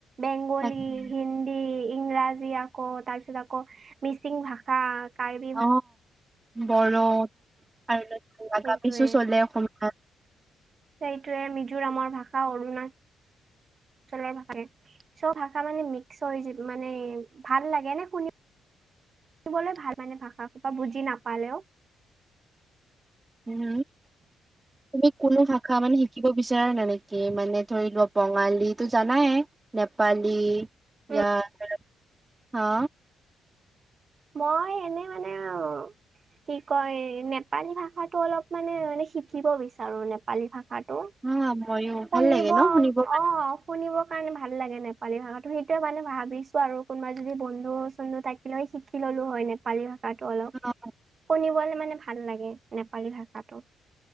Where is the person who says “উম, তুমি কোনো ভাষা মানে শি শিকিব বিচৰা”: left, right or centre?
Right